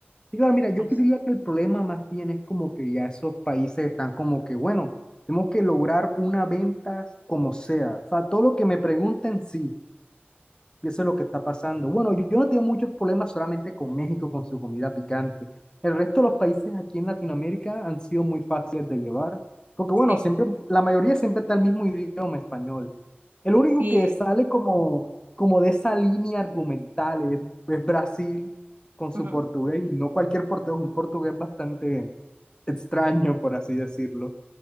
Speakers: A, on the left; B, on the right.
A: Sí, claro, mira, yo
B: Así,
A: diría que el problema más bien es como que ya esos países están como que, bueno, tenemos que lograr una venta como sea. O sea, todo lo que me pregunten, sí. Y eso es lo que está pasando. Bueno, yo no tengo muchos problemas solamente con México, con su comida picante. El resto de los países aquí en Latinoamérica han sido muy fáciles de llevar, porque bueno,
B: sí,
A: siempre, la mayoría siempre está el mismo idioma español. El único
B: Sí.
A: que sale como, como de esa línea argumental es, es Brasil con
B: Ujú.
A: su portugués, y no cualquier portugués, un portugués bastante extraño, por así decirlo.